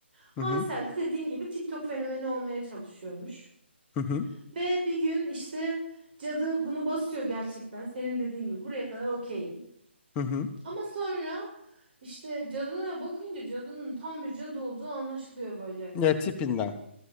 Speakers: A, on the right; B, on the left.
A: Hansel
B: Hı hı.
A: de dediğin gibi TikTok fenomeni olmaya çalışıyormuş.
B: Hı hı.
A: Ve bir gün işte cadı bunu basıyor gerçekten. Senin dediğin gibi buraya kadar okeyim.
B: Hı hı.
A: Ama sonra işte cadına bakınca cadının tam bir cadı olduğu anlaşılıyor böyle.
B: Ya tipinden.